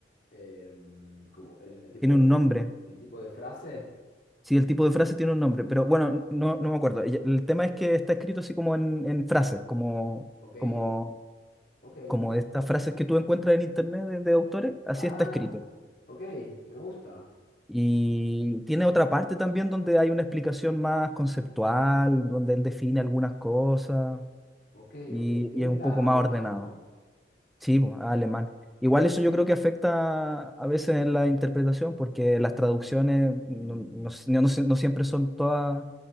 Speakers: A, on the left; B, in the centre.
A: Eh, como el, el tipo,
B: tiene
A: el,
B: un
A: el-
B: nombre.
A: el tipo de frase.
B: Sí, el tipo de frase tiene un nombre, pero bueno, n- no, no me acuerdo. Y El tema es que está escrito así como en, en frases, como,
A: Ok,
B: como,
A: ok.
B: como estas frases que tú encuentras en internet de, de autores, así
A: Ah,
B: está escrito.
A: ok, me gusta.
B: Y tiene otra parte también donde hay una explicación más conceptual, donde él define algunas cosas
A: Ok,
B: y,
A: ok. Él
B: y es un
A: era
B: poco más
A: alemán,
B: ordenado.
A: ¿no?
B: Sí, pues, alemán. Igual eso yo creo que afecta a veces en la interpretación porque las traducciones
A: Mm,
B: no, no s- no no se- no siempre son todas